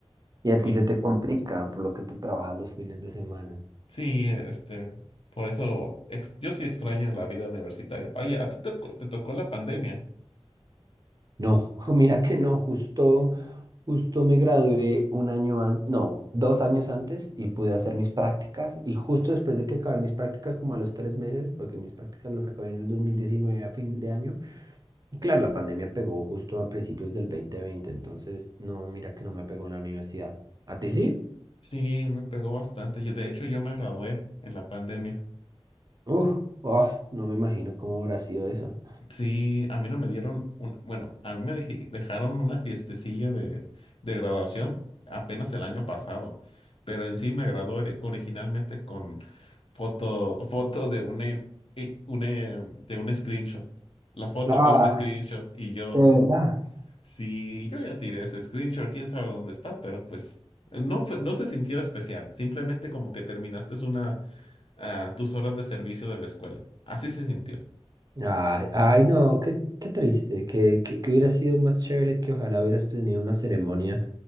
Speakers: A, on the right (about 40°); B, on the left (about 60°).
A: Y a ti
B: Y
A: se te complica por lo que tú trabajas los fines de semana.
B: sí, este, por eso ex- yo sí extraño la vida universitaria. Oye, ¿a ti te, co- te tocó la pandemia?
A: No, <laughs> mira que no, justo, justo me gradué un año antes, no, dos años antes y pude hacer mis prácticas y justo después de que acabé mis prácticas, como a los tres meses, porque mis prácticas las acabé en el 2019 a fin de año, y claro, la pandemia pegó justo a principios del 2020, entonces no, mira que no me pegó en la universidad. ¿A ti sí?
B: Sí, me pegó bastante. Yo, de hecho, yo me gradué en la pandemia.
A: Uf, ah, no me imagino cómo habrá sido eso.
B: Sí, a mí no me dieron un, bueno, a mí me deji- dejaron una fiestecilla de, de graduación apenas el año pasado, pero en sí me gradué ori- originalmente con foto, foto de una, i- i- una, eh, de un screenshot. La foto
A: Ah,
B: fue un screenshot y yo,
A: de verdad.
B: sí, yo ya tiré ese screenshot, quién sabe dónde está, pero pues eh, no fue- no se sintió especial, simplemente como que terminaste una, ah, tus horas de servicio de la escuela. Así se sintió.
A: Ay, ay, no, qué, qué triste, que, que, que hubiera sido más chévere que ojalá hubieras tenido una ceremonia